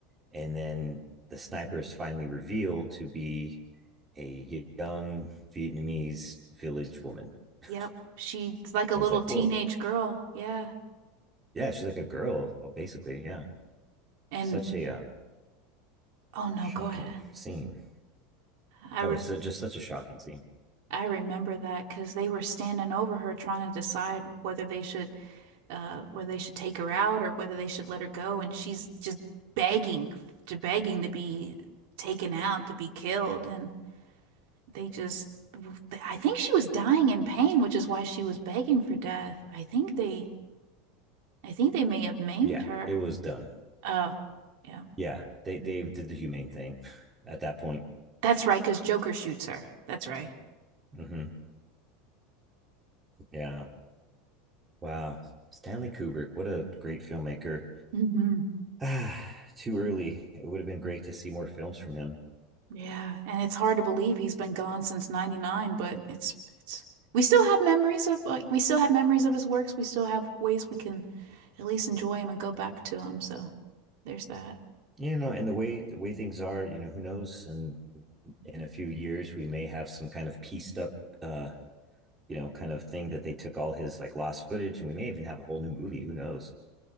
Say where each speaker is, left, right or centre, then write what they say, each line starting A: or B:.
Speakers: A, on the right; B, on the right.
A: and then the sniper is finally revealed to be a young Vietnamese village woman. <laughs>
B: Yep, she's like a
A: It
B: little
A: was like,
B: teenage
A: whoa,
B: girl. Yeah,
A: yeah, she's like a girl, uh, basically. Yeah,
B: and
A: such a um,
B: oh no,
A: shocking
B: go ahead.
A: scene.
B: I
A: That
B: re
A: was just such a shocking scene.
B: I remember that because they were standing over her trying to decide whether they should uh whether they should take her out or whether they should let her go, and she's just begging to begging to be taken out to be killed and. they just I think she was dying in pain, which is why she was begging for death. I think they I think they may have maimed
A: Yeah,
B: her.
A: it was done.
B: Oh, yeah.
A: Yeah, they they did the humane thing at that point.
B: That's right, because Joker shoots her. That's right.
A: hmm Yeah. Wow. Stanley Kubrick, what a great filmmaker.
B: hmm
A: Ah, too early. It would have been great to see more films from him.
B: Yeah, and it's hard to believe he's been gone since 99, but it's it's we still have memories of uh, we still have memories of his works. We still have ways we can at least enjoy him and go back to him. So there's that.
A: You know, and the way the way things are, you know, who knows? And in a few years, we may have some kind of pieced up, uh, you know, kind of thing that they took all his like lost footage, and we may even have a whole new movie. Who knows?